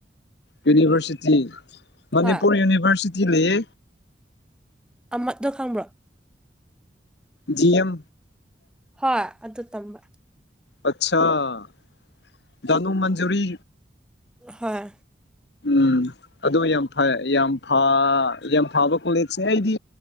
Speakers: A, on the left (about 65°); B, in the centre.
A: ꯌꯨꯅꯤꯚꯔꯁꯤꯇꯤ ꯃꯅꯤꯄꯨꯔ
B: ꯍꯣꯏ
A: ꯌꯨꯅꯤꯚꯔꯁꯤꯇꯤ ꯂꯩꯌꯦ
B: ꯑꯃꯗꯣ ꯈꯪꯕ꯭ꯔꯣ
A: ꯗꯤ ꯑꯦꯝ
B: ꯍꯣꯏ ꯑꯗꯨ ꯇꯝꯕ
A: ꯑꯆꯥꯥ ꯙꯅꯃꯟꯖꯨꯔꯤ
B: ꯍꯣꯏ
A: ꯎꯝ ꯑꯗꯨ ꯌꯥꯝ ꯐ ꯌꯥꯝ ꯌꯥꯝ ꯐꯥꯕ ꯀꯣꯂꯦꯖ ꯁꯦ ꯑꯩꯗꯤ